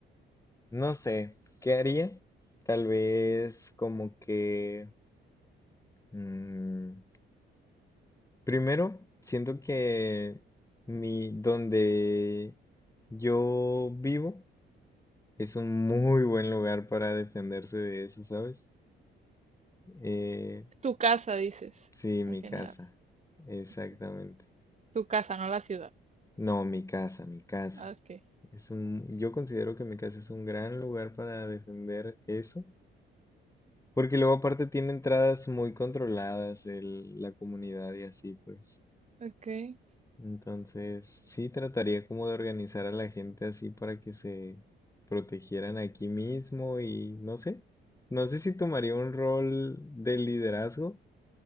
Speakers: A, on the left (about 15°); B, on the right (about 35°).
A: No sé, ¿qué haría? Tal vez como que mm, primero siento que mi donde yo vivo es un muy buen lugar para defenderse de eso, ¿sabes? Eh,
B: Tu casa, dices,
A: sí,
B: en
A: mi
B: general.
A: casa, exactamente.
B: ok. Tu casa, no la ciudad.
A: No, mi casa, mi casa.
B: Ah, Ok,
A: Es un, yo considero que mi casa es un gran lugar para defender eso, porque luego aparte tiene entradas muy controladas el- la comunidad y así pues.
B: ok.
A: Entonces, sí trataría como de organizar a la gente así para que se protegieran aquí mismo y no sé, no sé si tomaría un rol de liderazgo,